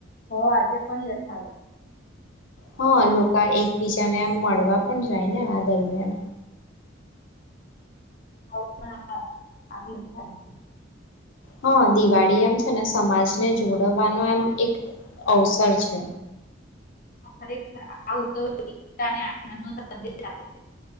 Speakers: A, on the left (about 45°); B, on the left (about 80°).
A: ભાવ આજે પણ યથાવત
B: હા લોકો એકબીજાને મળવા પણ જાય ને આ દરમિયાન
A: આ થાય છે
B: હા દિવાળી એમ છે ને સમાજને જોડવાનો એમ એક અવસર છે
A: ખરેખર આ ઉત્સવ એકતા અને આનંદ ન સંદેશ આપે છે